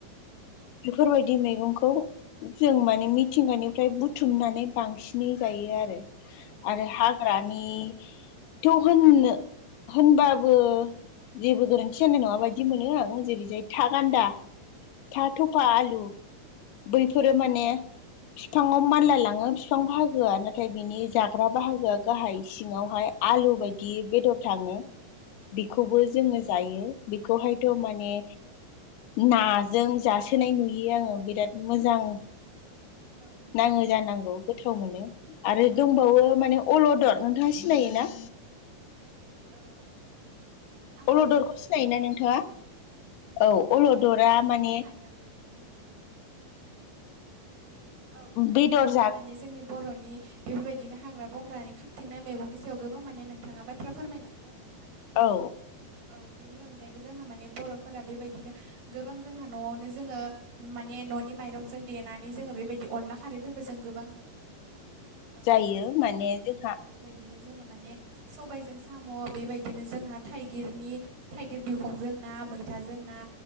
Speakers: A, on the right; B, on the left.
A: नोंगौ।
B: बेफोरबायदि मैगंखौ जों माने मिथिंगानिफ्राय बुथुमनानै बांसिनै जायो आरो।
A: औ
B: आरो
A: नंगौ
B: हाग्रानिथ'
A: नोंथां औ
B: होननो होनबाबो जेबो गोरोन्थि जानाय नङा बायदि मोनो आं। जेरै जाय था गान्दा
A: औ
B: था
A: नंगौ
B: थफा आलु बैफोरो
A: औ
B: माने बिफाङाव मानलाय लाङो बिफां बाहागोआ नाथाय बिनि जाग्रा बाहागोआ गाहाय सिङावहाय आलु बायदि बेदर थाङो। बेखौबो
A: औ नंगौ
B: जोङो जायो। बेखौहायथ'
A: औ
B: माने नाजों जासोनाय नुयो आङो बिराद मोजां
A: औ नंगौ
B: नाङो जानांगौ गोथाव मोन‌ो। आरो
A: औ
B: दंबावो माने अल'दर नोंथाङा सिनायोना?
A: औ। आं बांद्राय
B: अल'दरखौ सिनायोना नोंथाङा?
A: औ
B: औ अल'दरा
A: नोंथां आं सिनाय
B: माने
A: हाया बेखौ औ औ। औ बिदिब्ला
B: बेदर
A: नोंथाङा
B: जा
A: माने जोंनि बर'नि बेफोरबायदिनो हाग्रा बंग्रानि खाबथेंनाय मैगंनि सायाव गोबां माने नोंथाङा बाथ्रा फोरमायलांबाय आरो नोंथां।
B: औ।
A: औ बेनि अनगायैबो जोंहा माने बर'फोरा बेबायदिनो गोबां जोंहा न'आवनो जोङो माने न'नि माइरंजों देनानै जोङो बेबायदि अनला खारैफोरबो जों गोबां जायो। औ
B: जायो
A: जोंहा जेरै
B: माने
A: अनला
B: जोंहा
A: खारै बेबायदिनो जोङो माने सबायजों साम' बेबायदिनो जोंहा थाइगिरनि थाइगिर बिखंजों ना मैथाजों ना